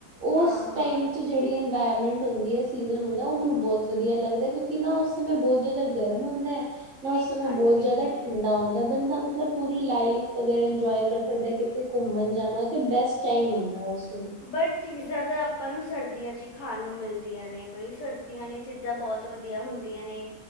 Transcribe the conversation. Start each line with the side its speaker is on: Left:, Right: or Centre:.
Right: ਓਸ
Left: ਹਾਂ-ਹਾਂ
Right: ਟਾਈਮ ਚ ਜੇੜੀ ਵਾਰਮੈਂਟ ਹੁੰਦੀ ਐ, ਸੀਜ਼ਨ ਹੁੰਦਾ ਐ ਓ ਮੈਨੂੰ ਬੌਤ ਵਧੀਆ ਲੱਗਦਾ ਕਿਉਂਕਿ ਨਾ ਓਸ ਸਮੇਂ ਬਉਤ ਜ਼ਿਆਦਾ ਗਰਮ ਹੁੰਦਾ ਐ। ਨਾ
Left: ਨੀ
Right: ਉਸ ਸਮੇਂ
Left: ਠੰਡ
Right: ਬੌਤ
Left: ਵੀ ਨੀ
Right: ਜ਼ਿਆਦਾ
Left: ਹੁੰਦੀ।
Right: ਠੰਡਾ ਹੁੰਦੈ ਬੰਦਾ ਮ ਮਤਲਬ ਪੂਰੀ ਲਾਈਫ ਵਗੈਰਾ ਇੰਜੋਏ ਕਰ ਸਕਦੈ ਕਿੱਥੇ ਘੁੰਮਣ ਜਾਣਾ ਤੇ ਬੈਸਟ ਟਾਈਮ ਹੁੰਦੈ ਓਸ
Left: ਬਟ ਚੀਜ਼ਾਂ ਤਾਂ ਆਪਾਂ ਨੂੰ ਸਰਦੀਆਂ ਚ ਈ ਖਾਣ ਨੂੰ ਮਿਲਦੀਆਂ ਨੇ ਬਈ ਸਰਦੀਆਂ ਨੇ ਚੀਜ਼ਾਂ ਬੌਤ ਵਧੀਆ ਹੁੰਦੀਆਂ ਨੇ।